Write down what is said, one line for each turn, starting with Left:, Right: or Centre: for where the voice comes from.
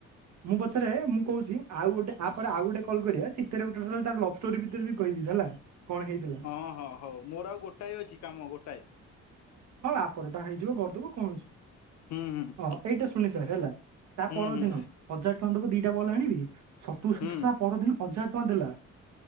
Right: ମୁଁ ପଛରେ, ମୁଁ କହୁଛି ଆଉ ଗୋଟେ ଆପ ପରେ ଆଉ ଗୋଟେ କଲ କରିବା, ଶୀତରେ ଲଭଷ୍ଟୋରି ଭିତରେ ବି କହିବି ହେଲା କଣ ହେଇଥିଲା
Left: ହଁ ହଁ ହଉ, ମୋର ଆଉ ଗୋଟାଏ ଅଛି କାମ ଗୋଟାଏ।
Right: ହଁ ଆପରଟା ହେଇଯିବ କରିଦବ କଣ ଅଛି।
Left: ହୁଁ ହୁଁ।
Right: ହଁ ଏଇଟା ଶୁଣି ସାର୍ ହେଲା, ତା
Left: ହୁଁ
Right: ପରଦିନ
Left: ହୁଁ।
Right: ହଜାର ଟଙ୍କା ଦବ ଦିଟା ବଲ ଆଣିବି। ସତୁ ସତ
Left: ହୁଁ ହୁଁ
Right: ତା ପରଦିନ ହଜାର ଟଙ୍କା ଦେଲା।